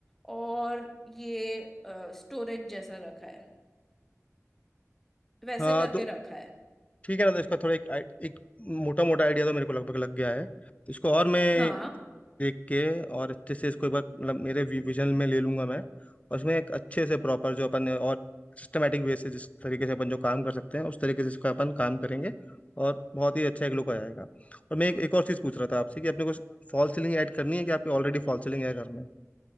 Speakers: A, in the centre; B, on the left (about 25°).
A: और ये स्टोरेज जैसा रखा है वैसे
B: हाँ
A: करके
B: तो
A: रखा है
B: ठीक है ना तो इसका थोड़ा एक एक मोटा मोटा आइडिया तो मेरे को लगभग लग गया है तो इसको और मैं
A: हाँ
B: देख के और अच्छे से इसको एक बार मतलब मेरे वि- विजन में ले लूंगा मैं और उसमें एक अच्छे से प्रॉपर जो अपन और सिस्टमेटिक वे से जिस तरीके से अपन जो काम कर सकते हैं उस तरीके से इसका अपन काम करेंगे और बहुत ही अच्छा एक लुक आ जाएगा और मैं एक, एक और चीज़ पूछ रहा था आपसे कि अपने को फॉल सीलिंग ऐड करनी है कि आपकी ऑलरेडी फॉल सीलिंग है घर में